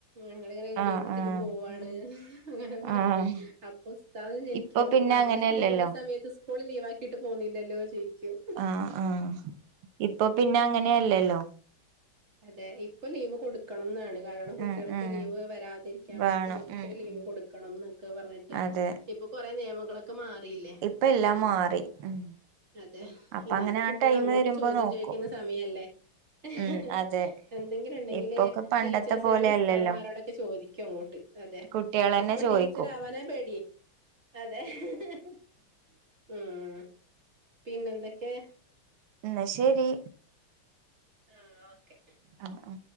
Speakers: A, on the right (about 35°); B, on the right (about 80°).
A: ഞങ്ങള്ങ്ങനെ
B: ആഹ്
A: ലീവ്ടുത്തിട്ട്
B: ആഹ്
A: പോവാണ്ഹ് അങ്ങനെ പറയും
B: ആഹ്
A: അപ്പൊസ് താദ് ചോയ്ക്കും
B: ഇപ്പൊ
A: അപ്പൊ
B: പിന്നെ
A: മദ്രസ്
B: അങ്ങനെയല്ലല്ലോ
A: ലീവ്ള്ള സമയത്ത് ഇസ്കൂള് ലീവാക്കിട്ട് പോന്നില്ലല്ലോ ചോയ്ക്കും
B: ആഹ് ആഹ് ഇപ്പപിന്നങ്ങനെയല്ലല്ലോ
A: അതെ ഇപ്പ ലീവ് കൊടു ക്കണംന്നാണ് കാരണം കുട്ട്യൾക്ക്
B: ഉം ഉം
A: ലീവ് വരാതിരിക്കാൻ
B: വേണം
A: വേണ്ടിട്ട് മൊത്തത്തില്
B: ഉം
A: ലീവ്
B: ഉം
A: കൊടുക്കണംന്നക്കെ പറഞ്ഞിട്ട്
B: അതെ
A: ഇപ്പൊ കൊറെ നിയമങ്ങളൊക്കെ മാറിയില്ലേ
B: ഇപ്പ
A: ഉംഹ്
B: എല്ലാം മാറി ഉം
A: അതെ
B: അപ്പ
A: ഇനിയിപ്പൊ
B: അങ്ങനെ ആ
A: കുട്ടികളങ്ങോട്ട്
B: ടൈം വരുമ്പോ
A: ചോദ്യം
B: നോക്കും
A: ചോദിക്കുന്ന സമയല്ലേ ഹ്ഹ്
B: ഉം അതെ
A: എന്തെങ്കില്ണ്ടെങ്കില്
B: ഇപ്പൊക്കെ പണ്ടത്തെ
A: ടീച്ചേഴ്സിനോടൊസ്താദ്മാരോടൊക്കെ
B: പോലെ അല്ലല്ലോ
A: ചോദിക്കും അങ്ങോട്ട് അതെ
B: കുട്ടികളന്നെ
A: ഇപ്പൊ
B: ചോദിക്കും
A: ടീച്ചറാവാനാ പേടി അതെ ഹ്ഹ്ഹ് ഉം പിന്നെന്തൊക്കെ
B: ആ ശരി
A: ആ ഓക്കെ
B: ആ